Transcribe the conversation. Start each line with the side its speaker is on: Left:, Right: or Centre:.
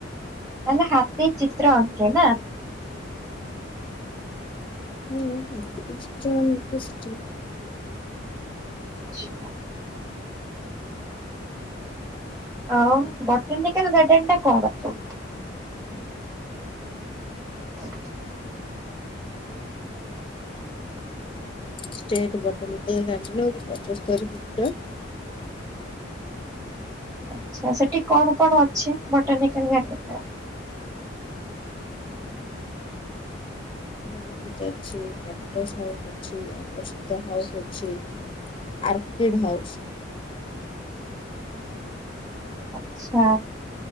Centre: ତାହାଲେ ହାତୀ ଚିତ୍ର ଆଙ୍କେ ନା?
Left: <unintelligible> ନିକଷ୍ଟି।
Centre: ଚିପା। ଆଉ ବଟାନିକାଲ୍ ଗାର୍ଡେନ ଟା କଣ ଆକଚୁଆଲି? <inaudible>
Left: ଷ୍ଟେଟ ବଟନିକାଲ ଗାର୍ଡେନ ହୋଉଛି ପଚସ୍ତରି ଫୁଟ।
Centre: ଆଛା ସେଠି କଣ କଣ ଅଛି ବଟନିକାଲ ଗାର୍ଡେନ ରେ?
Left: <inaudible> ବଗିଚା ଅଛି କ୍ୟାକ୍ଟସ୍ ହାଉସ୍ ଅଛି ଆକର୍ଷିତ ହାଉସ୍ ଅଛି। ଆର୍କିଡ ହାଉସ୍
Centre: ଆଛା